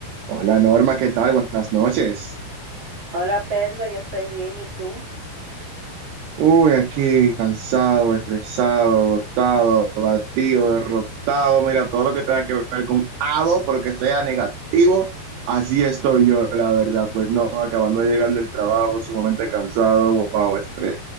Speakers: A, on the right; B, on the right.
A: Hola Norma, ¿qué tal? Buenas noches.
B: Hola Pedro, yo estoy bien, ¿y tú?
A: Uy, aquí cansado, estresado, agotado, abatido, derrotado. Mira, todo lo que tenga que ver con ado, pero que sea negativo, así estoy yo, la verdad. Pues no, acabando de llegar del trabajo, sumamente cansado, wow, estrés.